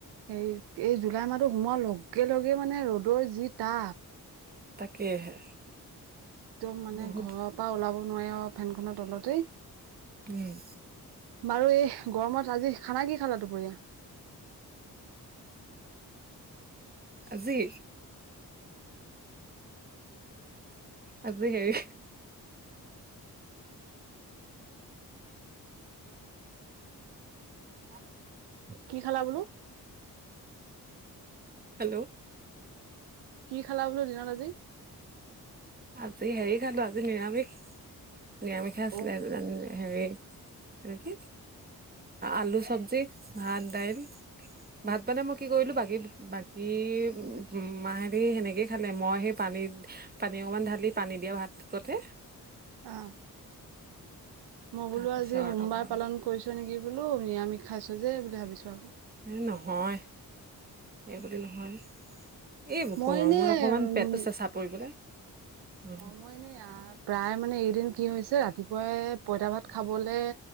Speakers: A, on the right; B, on the right.
A: হে এই জুলাই মাহটো সোমোৱাৰ লগে লগে মানে ৰ'দৰ যি টাপ।
B: তাকেহে
A: একদম মানে
B: বহুত
A: ঘৰৰ পৰা ওলাব নোৱাৰি আও ফেনখনৰ তলতেই।
B: উম।
A: বাৰু এই গৰমত আজি খানা কি খালা দুপৰীয়া? <inaudible>
B: আজি। আজি হেৰি <inaudible>
A: কি খালা বোলো?
B: হেল্ল'।
A: কি খালা বোলো দিনত আজি।
B: আজি হেৰি খালো আজি নিৰামিষ নিৰামিষ খাই আছিলে
A: অ
B: <unintelligible> হেৰি এইটো কি আলু চবজি ভাত দাইল। ভাত পানে মই কি কৰিলো বাকী বাকী উ মা হেতি সেনেকেই খালে মই সেই পানীত। পানী অকমান ঢালি পানী দিয়া ভাত কতে।
A: অ মই বোলো
B: তাৰপিছত
A: আজি সোমবাৰ
B: অকমান
A: পালন কৰিছ নেকি বোলো নিৰামিষ খাইছো যে বুলি ভাবিছোঁ আক।
B: এই নহয় এইবুলি নহয়। এই
A: মই
B: গৰমত
A: এনে
B: অকমান
A: উম
B: পেটটো চেঁচা পৰিবলে উম
A: অ' মই এনেই অ'। প্ৰায় মানে এইদিন কি হৈছে ৰাতিপুৱাই পইতা ভাত খাবলে